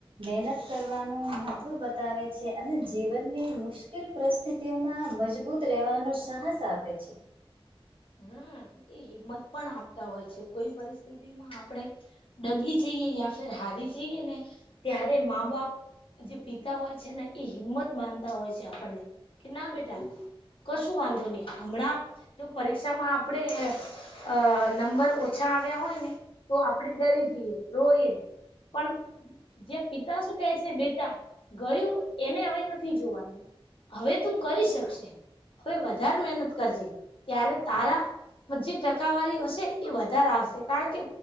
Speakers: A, on the right; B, on the left.
A: મહેનત કરવાનું મહત્વ બતાવે છે અને જીવનની મુશ્કેલ પરિસ્થિત. માં મજબૂત રહેવાનો સાહસ આપે છે.
B: હમ એ હિંમત પણ આપતા હોય છે કોઈ પરિસ્થિતિ માં આપણે- ડગી જઈએ યા ફેર હારી જઈએ ને ત્યારે મા બાપ. જે પિતા હોય છે ને એ હિંમત માનતા હોય છે. આપણને કે ના બેટા- કશું વાંધો નહી હમણાં- જો પરીક્ષામાં આપણેે- અ નંબર ઓછા આવ્યા હોય ને તો આપણેે ડરી જઈએ રોઈએ- પણ જે પિતા શું કેહે છે બેટા ગયું એને હવે નથી જોવાનું- હવે તું કરી શકશે હવે વધારે મહેનત કરજે ત્યારે તારા- જે ટકાવારી હશે એ વધારે આવશે કારણ કે